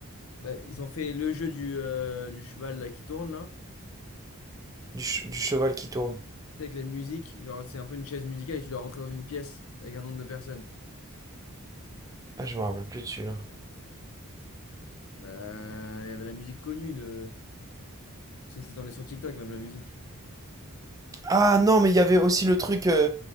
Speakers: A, on the left (about 70°); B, on the right (about 15°).
A: Bah, ils ont fait le jeu du, euh, du cheval là, qui tourne là.
B: Du, ch- du cheval qui tourne.
A: Tu sais, avec les musiques. Genre, c'est un peu une chaise musicale et tu dois rentrer dans une pièce avec un nombre de personnes.
B: Ah, je me rappelle plus de celui-là.
A: Bah, il y avait la musique connue de. Tu sais, c'est en est sur TikTok même la musique.
B: Ah non, mais il y avait aussi le truc. euh,